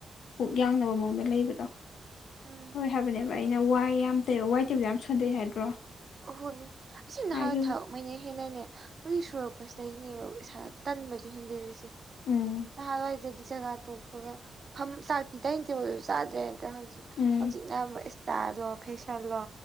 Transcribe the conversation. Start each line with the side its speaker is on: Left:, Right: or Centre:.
Left: ꯄꯨꯛ
Right: ꯎꯝ
Left: ꯌꯥꯡꯅꯕ ꯃꯑꯣꯡꯗ ꯂꯩꯕꯗꯣ
Right: ꯎꯝ
Left: ꯍꯣꯏ ꯍꯥꯏꯕꯅꯦꯕ ꯑꯩꯅ ꯋꯥꯏ ꯌꯥꯝ ꯇꯩꯌꯣ ꯋꯥꯏ ꯇꯩꯕꯖꯦ ꯌꯥꯝ ꯁꯣꯟꯗꯩ ꯍꯥꯏꯗ꯭ꯔꯣ
Right: ꯑꯍꯣꯏ ꯑꯁꯤ ꯅꯍꯥ
Left: ꯍꯥꯏꯒꯤꯕꯅꯦ
Right: ꯊꯥꯎ ꯃꯩꯅ ꯍꯦꯟꯅꯅꯦ ꯍꯧꯖꯤꯛ ꯁꯨꯔꯛꯄꯁꯤꯗꯩꯅꯦꯕ ꯏꯁꯥ ꯇꯟꯕꯁꯨ ꯍꯦꯟꯖꯜꯂꯤꯁꯦ
Left: ꯎꯝ
Right: ꯅꯍꯥꯜꯋꯥꯏꯗꯗꯤ ꯆꯥꯛꯆꯥ ꯇꯣꯛꯄꯒ ꯐꯝ ꯆꯥꯛꯇꯤ ꯗꯥꯏꯅꯤꯡ ꯊꯦꯕꯜꯗꯁꯨ ꯆꯥꯗ꯭ꯔꯦ ꯀ ꯍꯧꯖꯤꯛ
Left: ꯎꯝ
Right: ꯍꯧꯖꯤꯛꯅ ꯑꯃ ꯁ꯭ꯇꯥꯏꯜꯂꯣ ꯐꯦꯁꯟꯂꯣ